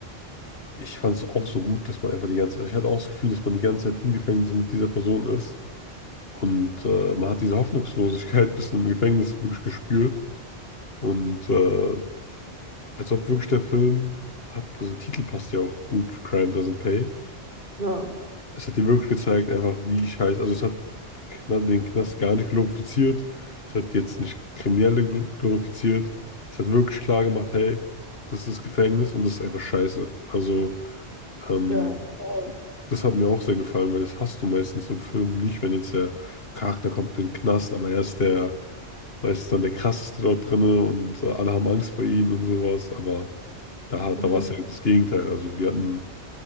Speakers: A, on the left (about 60°); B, on the right (about 50°).
A: ich fand es auch so gut, dass man einfach die ganze, ich hatte auch das Gefühl, dass man die ganze Zeit im Gefängnis mit dieser Person ist. Und äh, man hat diese Hoffnungslosigkeit <laughs> bis im Gefängnis wirklich gespürt. Und äh, als ob wirklich der Film hat, also der Titel passt ja auch gut, Crime Doesn't Pay
B: ja,
A: es hat dir wirklich gezeigt, einfach wie scheiße. Also es hat kna- den Knast gar nicht glorifiziert. Es hat jetzt nicht Kriminelle gl- glorifiziert. Es hat wirklich klar gemacht, hey, das ist Gefängnis und das ist einfach scheiße. Also ähm,
B: ja. Ja.
A: das hat mir auch sehr gefallen, weil das hast du meistens in Filmen nicht, wenn jetzt der Charakter kommt in den Knast, aber er ist der meistens dann der krasseste dort drinne und äh, alle haben Angst vor ihm und sowas. Aber da,
B: Mhm.
A: da war es ja das Gegenteil. Also wir hatten,